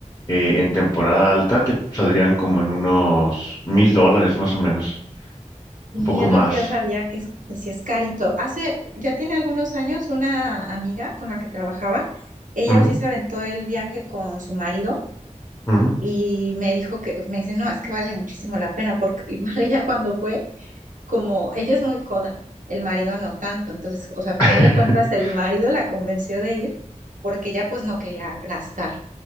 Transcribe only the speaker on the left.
eh, en temporada alta te saldrían como en unos mil dólares más o menos,
un poco
más.
Ujú,
ujú.
<laughs>